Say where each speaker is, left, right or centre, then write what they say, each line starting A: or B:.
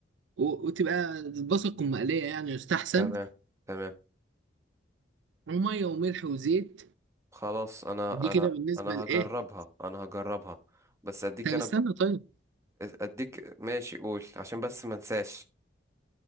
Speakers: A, on the right; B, on the right.
A: و- وتبقى البصل تكون مقليه يعني يستحسن
B: تمام تمام
A: وميه وملح وزيت
B: خلاص أنا
A: دي كده
B: أنا
A: بالنسبه
B: أنا
A: لايه
B: هجربها أنا هجربها بس أديك
A: طب
B: أنا
A: استنى
B: ب...
A: طيب
B: أديك ماشي قول عشان بس ما انساش